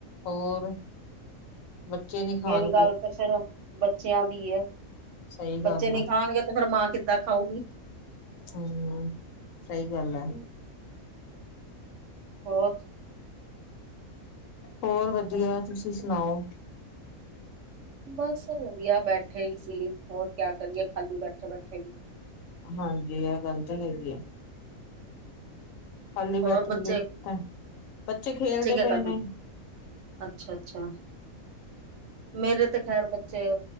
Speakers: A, on the left; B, on the right.
A: ਹੋਰ ਬੱਚੇ ਨਹੀਂ ਖਾਣਗੇ
B: ਮੇਨ ਗੱਲ ਤੇ ਫੇਰ ਬੱਚਿਆਂ ਦੀ ਹੈ,
A: ਸਹੀ
B: ਬੱਚੇ
A: ਗੱਲ
B: ਨੀ
A: ਆ
B: ਖਾਣਗੇ ਤੇ ਫੇਰ ਮਾਂ ਕਿੱਦਾਂ ਖਾਊਗੀ
A: ਹੂ ਸਹੀ ਗੱਲ ਐ
B: ਹੋਰ
A: ਹੋਰ ਵਧੀਆ ਤੁਸੀਂ ਸੁਣਾਓ
B: ਬਸ ਵਧੀਆ ਬੈਠੇ ਹੀ ਸੀ, ਹੋਰ ਕਿਆ ਕਰੀਏ ਖਾਲੀ ਬੈਠੇ ਬੈਠੇ ਵੀ
A: ਹਾਂਜੀ ਇਹ ਗੱਲ ਤਾਂ ਹੈਗੀ ਆ ਖਾਲੀ ਬੈਠੇ
B: ਹੋਰ ਬੱਚੇ
A: ਵੀ ਏ ਕੀਤਾ, ਬੱਚੇ ਖੇਲਦੇ
B: ਕਿਆ
A: ਪਏ
B: ਕਰਦੇ
A: ਨੇ
B: ਅੱਛਾ ਅੱਛਾ ਮੇਰੇ ਤੇ ਖ਼ੈਰ ਬੱਚੇ